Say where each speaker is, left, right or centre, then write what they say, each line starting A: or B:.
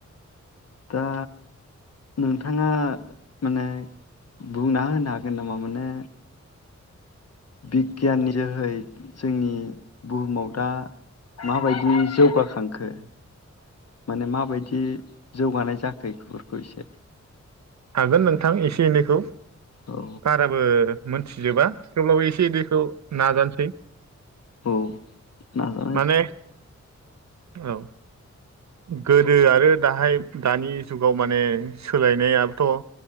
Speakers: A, on the left; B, on the right.
A: दा नोंथाङा माने बुंना होनो हागोन नामा माने। बिगियाननि जोहै जोंनि बुहुमाव दा माबायदि जौगाखांखो माने माबायदि जौगानाय जाखो बेखौफोरखौ एसे
B: हागोन नोंथां एसे एनैखौ।
A: औ
B: बाराबो मोनथिजोबा थेवब्लाबो एसे दैखौ नाजानोसै
A: औ नाजानाय
B: माने। औ। गोदो आरो दाहाय दानि जुगाव माने सोलायनायाबोथ'